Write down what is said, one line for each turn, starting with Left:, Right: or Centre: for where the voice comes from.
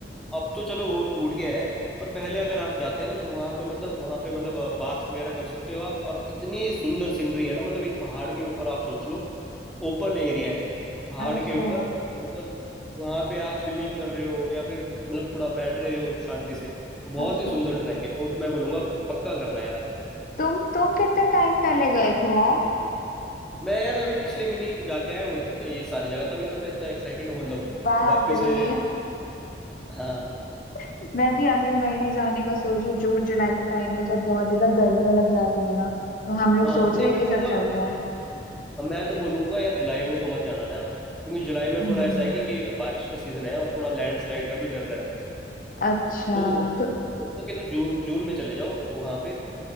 Centre: अब तो चलो वो टूट गया है पर पहले अगर आप जाते हैं ना तो वहाँ पे मतलब वहाँ पे मतलब अ, बात वगैरह कर सकते हो आप और इतनी सुंदर सीनरी है ना मतलब एक पहाड़ के ऊपर आप सोच लो ओपन एरिया है पहाड़
Left: अच्छा
Centre: के ऊपर मतलब वहाँ पे आप स्विमिंग कर रहे हो या फिर मतलब थोड़ा बैठ रहे हो शांति से बहुत
Left: अच्छा
Centre: ही सुंदर ट्रैक है वो तो मैं बोलूँगा पक्का करना यार
Left: तुम तुम कितने टाइम पहले गए थे यार
Centre: मैं यार अभी पिछले महीने ही तो जाके आया हूँ इत- ये सारी जगह तभी तो मैं इतना एक्साइटेड हूँ मतलब
Left: बाप
Centre: वापस से
Left: रे
Centre: हाँ
Left: <laughs> मैं भी अगले महीने जाने का सोच रही हूँ जून जुलाई के टाइम पे जब बहुत ज्यादा गर्मी लग जाती है ना तो हम लोग
Centre: हाँ
Left: सोच
Centre: नहीं
Left: रहे
Centre: मैं
Left: हैं कि सब
Centre: बोलूँगा
Left: चलते हैं
Centre: हाँ, मैं तो बोलूंगा यार जुलाई में तो मत जाना ना क्योंकि जुलाई में
Left: हम्म
Centre: थोड़ा ऐसा है कि बारिश का सीजन है और थोड़ा लैंडस्लाइड का भी डर रहता है
Left: अच्छा
Centre: तो हो
Left: तो
Centre: हो सके तो जून जून में चले जाओ वहां पे